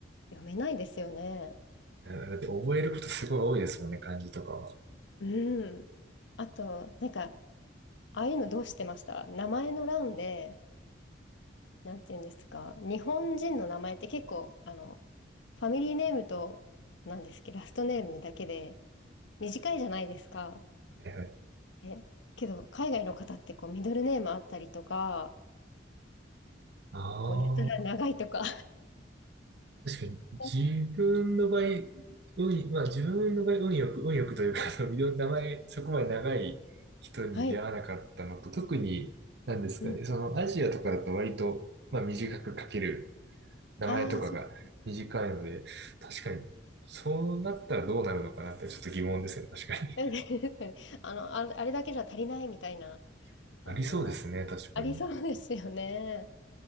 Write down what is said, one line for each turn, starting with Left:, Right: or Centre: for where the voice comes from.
Left: 読めないですよね。
Right: いやだって覚えることすごい多いですもんね、漢字とかは。
Left: うん。あと、なんか、ああいうのどうしてました名前の欄で、なんて言うんですか、日本人の名前って結構、あの、ファミリーネームと、なんですっけど、ラストネームだけで短いじゃないですか。
Right: はいはい。
Left: え、けど、海外の方ってこうミドルネームあったりとか、
Right: ああ、
Left: こうやたら長いとか。
Right: 確かに自分の場合、
Left: <laughs>
Right: 運、まあ自分の場合運よく、運よくというか、あのいろんな名前、そこまで長い人に出会わなかったのと、
Left: はい。
Right: 特に、なんですかね、
Left: うん。
Right: そのアジアとかだと割と、まあ短く書ける。名前とかが短いので、
Left: ああ、そう。
Right: 確かに、そうなったらどうなるのかなってちょっと疑問ですね、確かに。
Left: <laughs> あの、あれあれだけじゃ足りないみたいな、
Right: <laughs>
Left: あの、
Right: なりそうですね、確かに。
Left: ありそうですよね。